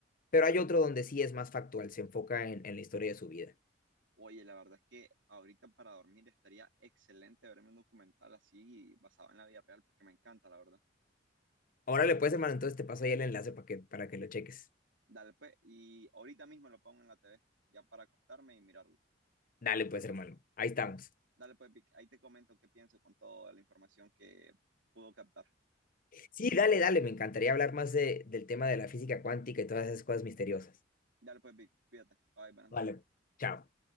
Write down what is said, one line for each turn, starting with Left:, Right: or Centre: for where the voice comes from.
Left: Pero hay otro donde sí es más factual, se enfoca en, en la historia de su vida.
Right: Oye, la verdad es que ahorita para dormir estaría excelente verme un documental así basado en la vida real porque me encanta, la verdad.
Left: Ahora le puedes, hermano, entonces te paso ahí el enlace para que, para que lo cheques.
Right: Dale, pues, y ahorita mismo lo pongo en la TV, ya para acostarme y mirarlo.
Left: Dale, pues, hermano, ahí estamos.
Right: Dale, pues, Vic, ahí te comento qué pienso con toda la información que pudo captar.
Left: Sí, dale, dale, me encantaría hablar más de, del tema de la física cuántica y todas esas cosas misteriosas.
Right: Dale, pues, Vic, cuídate. Bye, buenas
Left: Vale,
Right: noches.
Left: chao.